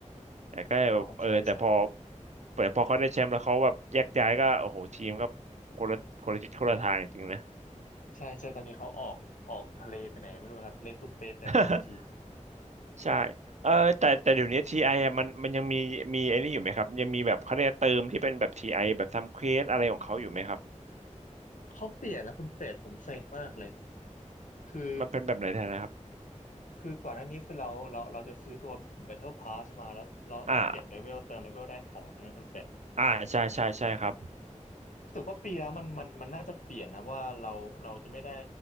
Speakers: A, on the right; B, on the left.
A: แต่ก็แบบเออแต่พอ
B: อ๋อใช่ใช่
A: แต่พอเขาได้แชมป์แล้วเขาแบบแยกย้ายก็โอ้โหทีมก็คนละคนละทิศคนละทางจริงนะ
B: ใช่ใช่ตอนนี้เขาออกออกทะเลไปไหนไม่รู้ครับเลตุเปปแล้วโอจี
A: <laughs> ใช่เออแต่แต่เดี๋ยวนี้ทีไอ่ะมันมันยังมีมีไอ้นี่อยู่ไหมครับยังมีแบบเขาเรียกเติมที่เป็นแบบทีไอแบบทำเควสอะไรของเขาอยู่ไหมครับ
B: เขาเปลี่ยนแล้วคุณเป็ดผมเซ็งมากเลยคือ
A: มันเป็นแบบไหนแทนนะครับ
B: คือก่อนหน้านี้คือเราเราเราจะซื้อตัว Battle Pass มาแล้วเราเราเก็บเลเวลเติมเลเวลได้ของใช่ไหมคุณเป็ด
A: อ่าอ่าใช่ใช่ใช่ครับ
B: รู้สึกว่าปีแล้วมันมันมันน่าจะเปลี่ยนนะว่าเราเราจะไม่ได้